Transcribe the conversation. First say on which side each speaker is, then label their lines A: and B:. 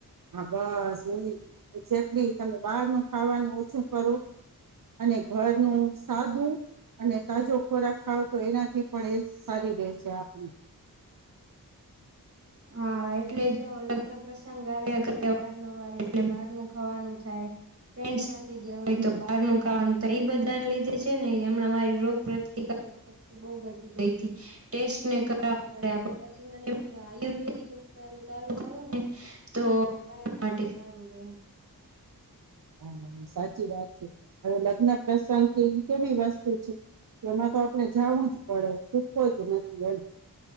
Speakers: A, on the right; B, on the right.
A: હા બસ, <unintelligible> એક્ઝેક્ટલી તમે બહારનું ખાવાનું ઓછું કરો, અને ઘરનું સાદું અને તાજો ખોરાક ખાવ તો એનાથી પણ એ સારી રહેે છે. આપ
B: હા, એટલે જો લગ્ન પ્રસંગ આવ્યા કરે અવાર, નવાર. એટલે બહાર ન ખાવાનું થાય ફ્રેન્ડ સાથે. થઈ ગયા હોય
A: હમ
B: તો બહાર ન ખાવાનું. તો એ બધાને લીધે છે, ને એમણા અમારી રોગ પ્રતિકારક શક્તિ બહુ ઘટી ગઈ હતી. ટેસ્ટ ને કરાવ પડયા. પછી મને એમ <unintelligible> આયુર્વેદિક ઉપચારો ચાલુ કરું ને, તો કાયમ માટે સારું રે. એમ
A: હ સાચી વાત છે. હવે લગ્ન પ્રસંગ કેવી વસ્તુ છે, એમાં તો આપણે જાવુંજ પડે. છૂટકો જ નથી એમ.